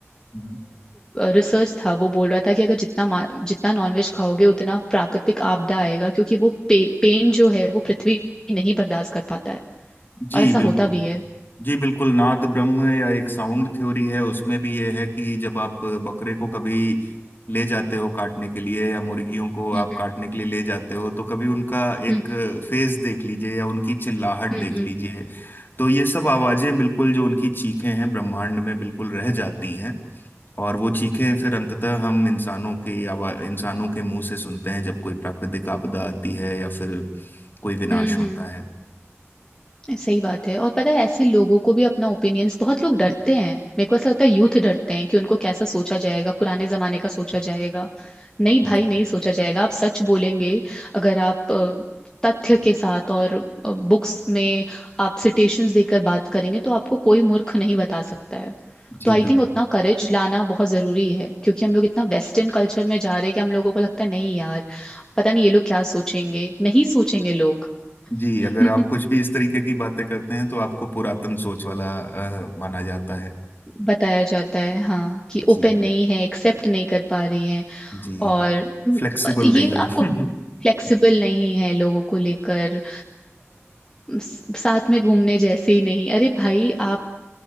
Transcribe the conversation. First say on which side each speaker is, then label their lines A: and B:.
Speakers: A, on the left; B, on the left.
A: हम्म।
B: रिसर्च था वो बोल रहा था कि अगर जितना मा- जितना नॉनवेज खाओगे उतना प्राकृतिक आपदा आएगा क्योंकि वो पे, पेन जो है वो पृथ्वी नहीं बर्दाश्त कर पाता है
A: जी
B: और ऐसा
A: बिल्कुल
B: होता भी है
A: जी बिल्कुल नाद ब्रह्म या एक साउंड थ्योरी है उसमें भी ये है कि जब आप बकरे को कभी ले जाते हो काटने के लिए या मुर्गियों को
B: हम्म
A: आप काटने के लिए ले जाते हो तो कभी उनका एक
B: हम्म हम्म
A: फेस देख लीजिए या उनकी चिल्लाहट
B: हम्म
A: देख
B: हम्म
A: लीजिए तो ये सब आवाजें बिल्कुल जो उनकी चीखें हैं ब्रह्मांड में बिल्कुल रह जाती हैं और वो चीखें फिर अंततः हम इंसानों की आवाज इंसानों के मुंह से सुनते हैं जब कोई प्राकृतिक आपदा आती है या फिर कोई विनाश
B: हम्म
A: होता
B: हम्म,
A: है
B: सही बात है और पता है ऐसे लोगों को भी अपना ओपिनियंस बहुत लोग डरते हैं मेरे को ऐसा लगता है यूथ डरते हैं कि उनको कैसा सोचा जाएगा पुराने जमाने का सोचा जाएगा नहीं भाई
A: जी
B: नहीं सोचा जाएगा आप सच बोलेंगे अगर आप अ, तथ्य के साथ और बुक्स में आप सिटेशंस देकर बात करेंगे तो आपको कोई मूर्ख नहीं बता सकता है
A: जी
B: तो आई
A: बिल्कुल।
B: थिंक उतना करेज लाना बहुत जरूरी है क्योंकि हम लोग इतना वेस्टर्न कल्चर में जा रहे हैं कि हम लोगों को लगता है नहीं यार पता नहीं ये लोग क्या सोचेंगे नहीं सोचेंगे लोग
A: जी
B: <laughs>
A: अगर आप कुछ भी इस तरीके की बातें करते हैं तो आपको पुरातन सोच वाला अ, माना जाता है
B: बताया जाता है हाँ कि
A: जी
B: ओपन नहीं है एक्सेप्ट नहीं कर पा रही हैं
A: जी
B: और म,
A: फ्लेक्सिबल
B: ये
A: नहीं है
B: आपको
A: <laughs>
B: फ्लेक्सिबल नहीं है लोगों को लेकर अ, स- साथ में घूमने जैसे ही नहीं अरे भाई आप